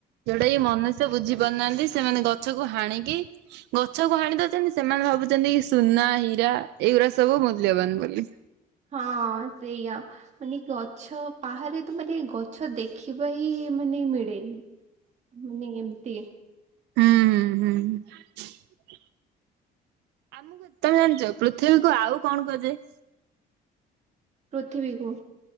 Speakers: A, on the right (about 85°); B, on the right (about 40°).
A: ଯୋଉଟାକି ମନୁଷ୍ୟ ବୁଝି ପାରୁନାହାନ୍ତି ସେମାନେ ଗଛକୁୁ ହାଣିକି ଗଛ କୁ ହାଣି ଦଉଚନ୍ତି ସେମାନେ ଭାବୁଛନ୍ତି ସୁନା, ହୀରା ଏଇଗୁଡା ସବୁ ମୂଲ୍ୟବାନ ବୋଲି।
B: ହଁ ସେଇଆ ମାନେ ଗଛ ବାହାରେ ତ ମାନେ ଗଛ ଦେଖିବା ହିଁ ମାନେ ମିଡେନି। ମାନେ ଏମତି।
A: ହୁଁ ହୁଁ ହୁଁ। ଆମକୁ ତମେ ଜାଣିଚ ପୃଥିବୀକୁ ଆଉ କଣ କୁହାଯାଏ?
B: ପୃଥିବୀକୁ।